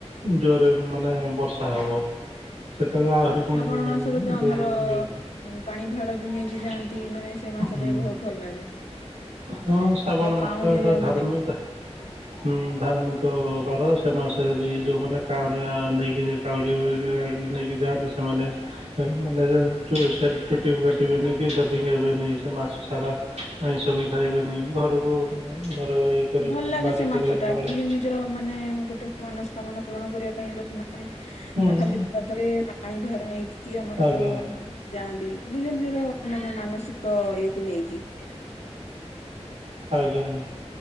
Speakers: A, on the right (about 80°); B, on the left (about 75°).
A: ଜୋରରେ ମାନେ ବର୍ଷା ହବ। ସେତେବେଳେ ଆ ହୁରି ପୁଣି
B: ଶ୍ରାବଣ
A: ଏ
B: ମାସରେ ତ
A: ଯଉ
B: ଆମର
A: ଇଏ
B: ପାଣି ଭାଡ ବି
A: <inaudible>
B: ନେଇକି ଯାଆନ୍ତି ମାନେ ସେ ମାସଟା
A: ହୁଁ
B: ବି ବହୁତ ଭଲ ଲାଗେ
A: ହୁଁ ଶ୍ରାବଣ
B: ଆମର କାଉଁଡିଆ
A: ମାସଟା ଗୋଟେ ଧାର୍ମିକ।
B: ମାନେ <unintelligible>
A: ହୁଁ ଧାର୍ମିକ ବାର ସେ ମାସରେ ବି ଯୋଉମାନେ କାଉଁରିଆ ନେଇକିରି କାଉଡି ବିଲବାଡ଼ି ରୁ ନେଇକି ଯାଆନ୍ତି ସେମାନେ। ନାଇଁ ମାନେ ଯା ଚୁ ସେଲ୍ ଚୁଟି କାଟିବେନି କି ସେଭିଙ୍ଗ୍ ହେବେନି ସେ ମାସ ସାରା। ଆଇଁଷ ବି ଖାଇବେନି ଘରକୁ ଘର ଇଏ କରି
B: ଭଲ ଲାଗେ
A: ବାରିକି
B: ସେ ମାସ
A: ରହିଲା
B: ଟା ଆକ୍ଚୁଲି
A: ବେଳେ
B: ନିଜର ମାନେ ଗୋଟେ ମନସ୍କାମନା ପୂରଣ କରିବା ପାଇଁ ଲୋକମାନେ
A: ହୁଁ
B: ବା ଖାଲି ପାଦରେ ପାଣି ଭାର ନେଇକି କି ଆମର
A: ଆଜ୍ଞା
B: ଯାଆନ୍ତି ନିଜ ନିଜର ମାନେ ମାନସିକ ଇଏକୁ ନେଇକି
A: ଆଜ୍ଞା